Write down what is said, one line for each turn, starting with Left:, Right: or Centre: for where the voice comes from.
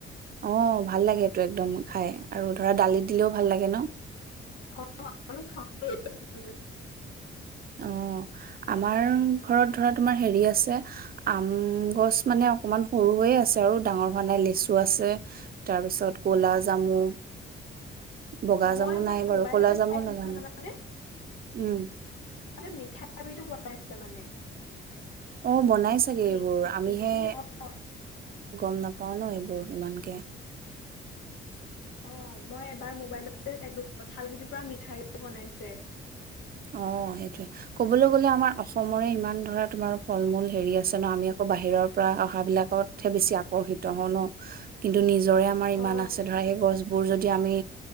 Right: অঁ ভাল লাগে একদম খাই আৰু ধৰা দালিত দিলেও ভাল লাগে ন
Left: অঁ খাও ভাল
Right: অঁ আমাৰ ঘৰত ধৰা তোমাৰ হেৰি আছে আম গছ মানে অকণমান সৰু হৈ আছে আৰু ডাঙৰ হানে লেচু আছে তাৰপিছত কলা জামু বগা
Left: অঁ
Right: জামু
Left: মই এবাৰ
Right: নাই বাৰু
Left: মোবাইলতে
Right: ক'লা জামু
Left: পাইছিলো
Right: লগা নাই
Left: জানানে
Right: উম
Left: যে মিঠাই আবিটো বনাই এ মানে
Right: অঁ বনাই চাগে এইবোৰ
Left: মিক্সিত
Right: আমিহে
Left: পিচি অ
Right: গম নাপাওঁ ন এইবোৰ ইমানকে
Left: অঁ মই এবাৰ মোবাইল চাইছিলো কঁঠালগুটিৰ পৰা মিঠাইো বনাইছে
Right: অঁ সেইটোৱে কবলৈ গলে আমাৰ অসমৰে ইমান ধৰা তোমাৰ ফল মূল হেৰি আছে ন আমি আকৌ বাহিৰৰ পৰা অহা বিলাকতহে বেছি আকৰ্ষিত হওঁ ন কিন্তু নিজ জ্বৰে আমাৰ ইমান
Left: অ
Right: আছে ধৰা সেই গছবোৰ যদি আমি